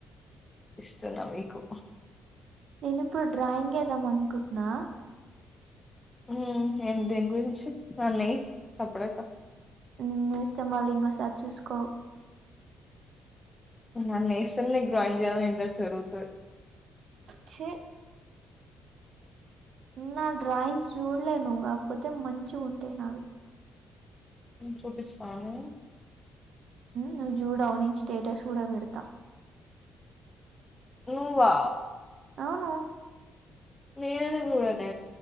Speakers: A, on the left (about 15°); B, on the right (about 65°).
A: ఇస్తున్నా మీకు
B: నేను ఇప్పుడు డ్రాయింగ్ వేద్దామనుకుంటున్నా
A: హ్మ్ ఏం దేని గురించి అన్నాయి చప్పుడైతా
B: నిన్ను వేస్తే మళ్ళీ ఇంకోసారి చూసుకోవు
A: నన్ను వేస్తేనే నీకు డ్రాయింగ్ చేయాలని ఇంట్రస్ట్ జరుగుతది.
B: చీ నా డ్రాయింగ్స్ చూడలే నువ్వు పోతే మంచిగా ఉ టేనావి
A: చూపిస్తాను
B: నువ్వు చూడవు నే స్టేటస్ కూడా పెడతా.
A: నువ్వా
B: అవును
A: నేనెందుకు చూడనే